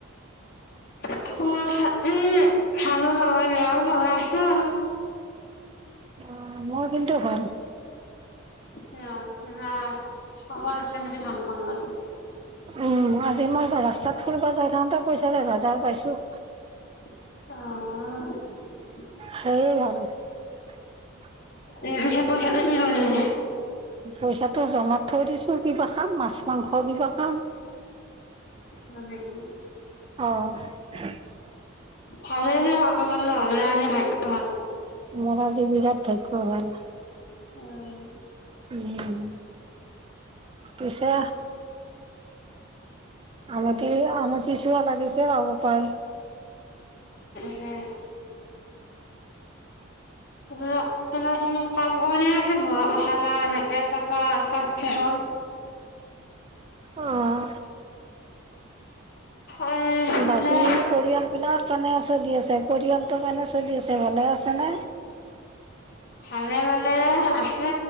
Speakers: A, on the left; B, on the right.
A: <unintelligible> ভালো নহয়, বেয়াও নহয়, আছো আৰু
B: অ' মোৰ কিন্তু ভাল।
A: <unintelligible>
B: উম, আজি মই ৰাস্তাত ফুৰিব যাই থাকতে পইচা এ হাজাৰ পাইছো।
A: অ'
B: <unintelligible>
A: উম, সে পইচাটো কি <unintelligible>
B: পইচাটো জমাত থৈ দিছো কিবা খাম মাছ, মাংস কিবা খাম।
A: হয় নেকি।
B: অ'
A: ভালে দিয়ক আপোনাৰ নহলি আজি ভাগ্য ভাল।
B: মোৰ আজি বিৰাট ভাগ্য ভাল।
A: উম।
B: উম, পিছে আমতি আমতি চুৱা লাগিছে ৰব পায়।
A: সেয়ে। সিবিলাক তোমাৰ খিনি কাম কৰিলেহে <unintelligible> এনেকে চাফা চাফ চেকুণ।
B: অ'
A: এ মানে
B: বাকী পৰিয়াল বিলাক কেনে আছে? চলি আছে পৰিয়ালটোৰ কেনে চলি আছে, ভালে আছে নে?
A: <inaudible> ভালে মানে আছে